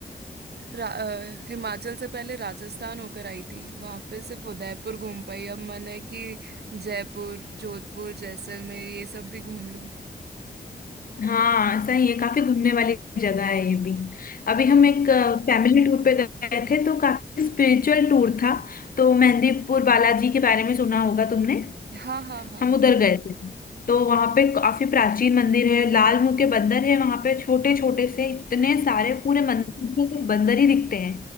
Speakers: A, on the right; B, on the left.
A: रा, अ, हिमाचल से पहले राजस्थान होकर आई थी वहां पे सिर्फ उदयपुर घूम पाई अब मन है कि जयपुर जोधपुर जैसलमेर ये सब भी घूम लूं
B: हाँ सही है काफी घूमने वाली जगह है ये भी अभी
A: हाँ
B: हम एक फैमिली टूर पे गए थे तो काफी स्पिरिचुअल टूर था तो मेहंदीपुर बालाजी के बारे में सुना होगा तुमने
A: हाँ हाँ हाँ
B: हम
A: हाँ
B: उधर गए थे तो वहां पे काफी प्राचीन मंदिर है लाल मुंह के बंदर है वहां पे छोटे छोटे से इतने
A: <laughs>
B: सारे पूरे मंदिर में सिर्फ बंदर ही दिखते हैं